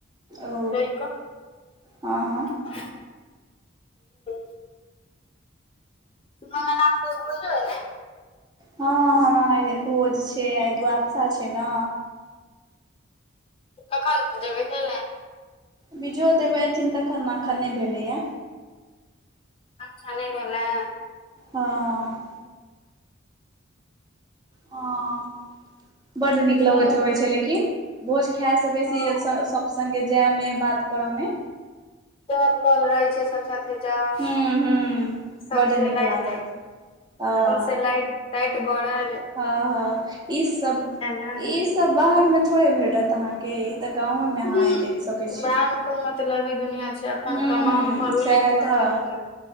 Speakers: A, on the right (about 20°); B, on the left (about 30°).
A: ओ
B: बक
A: हँ हँ
B: ह <unintelligible> सुनेना सेहो एलाइन।
A: हँ हमरा भोज छै, आय द्वादशा छै ने।
B: कखन जेबै खैले।
A: बिजोह देबऽ एथिन तखन ने अखन नै भेलै हे।
B: अच्छा नहि भेलै।
A: हँ। हॅं। बड्ड नीक लगैत
B: दिनमे
A: रहैत छै लेकिन, भोज खायसँ बेसी
B: हँ
A: सब सङ्गे जाइमे बात करऽमें।
B: दऽल -कऽल रहे छै सब ठाम। जाउ
A: हूँ हूँ
B: सोंसे
A: बड्ड नीक
B: लाइटस
A: लागत
B: - ताइट
A: हँ
B: सोंसे लाइट ताइट बड़े।
A: हँ - हँ ई सब
B: रहल
A: ई सब बाहर में थोड़े भेटत अहाँके ई तऽ गाँवेमें अहाँ
B: बिहार
A: ई देख सकैत छी।
B: मे मतलबी दुनिया छै, अपन
A: हूँ
B: कमाउ पढ़ू
A: सएह
B: लिखू
A: तऽ
B: अपन घर